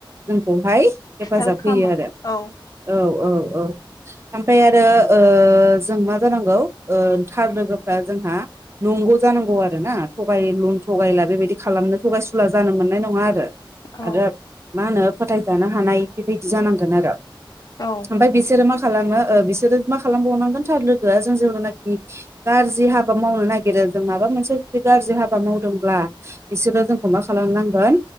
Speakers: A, on the right (about 30°); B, on the left (about 45°).
A: जोंखौहाय हेफाजाब
B: हेल्प खालामो
A: होयो आरो
B: औ
A: औ औ औ ओमफ्राय आरो ओ जों मा जानांगौ ओ थार लोगोफ्रा जोंहा नंगौ जानांगौ आरोना थगायलु- थगायला बेबायदि खालामनो थगायसुला जानो मोननाय नङा आरो
B: औ
A: आरो मा होनो फोथायजानो हानाय बेबायदि जानांगौ आरो
B: औ
A: ओमफ्राय बिसोरो मा खालामो बिसोरो मा खालामबावनांगोन थार लोगोआ जों जेब्लानखि गाज्रि हाबा मावनो नागिरो जों माबा मोनसे जुदि गाज्रि हाबा मावदों ब्ला बिसोरो जोंखौ मा खालामनांगोन